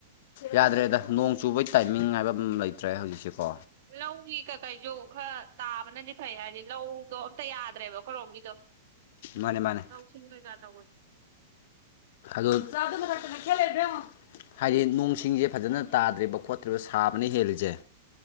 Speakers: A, on the left (about 55°); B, on the right (about 60°).
A: ꯌꯥꯗ꯭ꯔꯦꯗ ꯅꯣꯡ ꯆꯨꯕꯩ ꯇꯥꯏꯃꯤꯡ ꯍꯥꯏꯕ ꯑꯃ ꯂꯩꯇ꯭ꯔꯦ ꯍꯧꯖꯤꯛꯁꯦꯀꯣ
B: ꯂꯧꯒꯤ ꯀꯀꯩꯁꯨꯣ ꯈꯔ ꯇꯥꯕꯅꯗꯤ ꯐꯩ ꯍꯥꯏꯗꯤ ꯂꯧꯗꯣ ꯑꯝꯇ ꯌꯥꯗ꯭ꯔꯦꯕ ꯈꯂꯣꯝꯒꯤꯗꯣ
A: ꯃꯥꯅꯦ ꯃꯥꯅꯦ
B: ꯂꯧꯁꯤꯡ ꯀꯩꯀꯥ ꯇꯧꯕꯅꯦ
A: ꯍꯣ ꯆ ꯑꯗꯨ ꯃ ꯊꯅ ꯈꯦ ꯂꯩꯗꯃꯣ ꯍꯥꯏꯗꯤ ꯅꯣꯡ ꯁꯤꯡꯁꯦ ꯐꯖꯅ ꯇꯥꯗ꯭ꯔꯤꯕ ꯈꯣꯠꯇ꯭ꯔꯤꯕ ꯁꯥꯕꯅ ꯍꯦꯜꯂꯤꯁꯦ